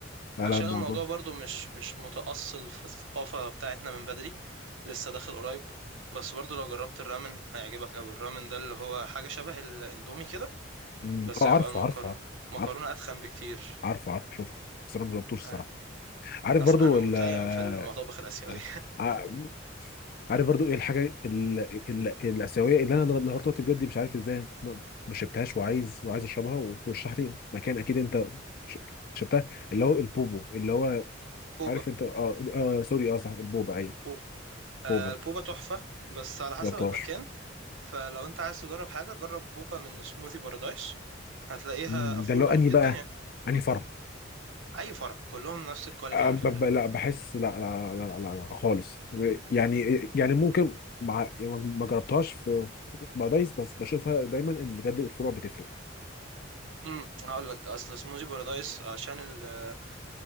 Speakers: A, on the left (about 50°); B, on the right (about 85°).
A: لا
B: عشان
A: لا عشان الموضوع
B: الموضوع برضو مش مش متأصل في الثقافة بتاعتنا من بدري لسه داخل قريب بس برضو لو جربت الرامن هيعجبك قوي الرامن ده اللي هو حاجة شبه الاندومي كده
A: مم.
B: بس
A: اه
B: يبقى
A: عارفه
B: المكرونة
A: عارفه عارفه
B: مكرونة
A: عارفه
B: أتخن بكتير
A: عارفه عارفه شفته بس انا ما جربتوش الصراحه
B: آه.
A: عارف
B: اصل
A: برضو
B: انا
A: ولا
B: متيم في المطابخ الآسيوية
A: ع- عارف برضو ايه الحاجه ال... ال... الاسيويه اللي انا لغ- لغايه دلوقتي بجد مش عارف ازاي ما ما شربتهاش وعايز وعايز اشربها و- ورشح لي مكان اكيد انت ش- شربتها اللي هو البوبو اللي هو
B: <laughs> بوبا
A: عارف انت اه اه سوري اه صح البوبا ايوه
B: بوبا آه،
A: بوبا
B: البوبا تحفة بس على حسب
A: جربتهاش
B: المكان فلو انت عايز تجرب حاجة جرب بوبا من سموذي بارادايس هتلاقيها
A: مم،
B: affordable
A: ده اللي هو اني
B: جدا
A: بقى
B: يعني
A: اني فرح
B: اي فرع كلهم نفس الكواليتي
A: آه،
B: على
A: ب-
B: فكرة
A: ب- لا بحس لا لا لا, لا, لا, لا خالص يعني يعني ممكن مع يعني ما جربتهاش في في- مع دايس بس بشوفها دايما ان بجد الفروع بتفرق
B: امم هقول لك اصل سموذي بارادايس عشان ال-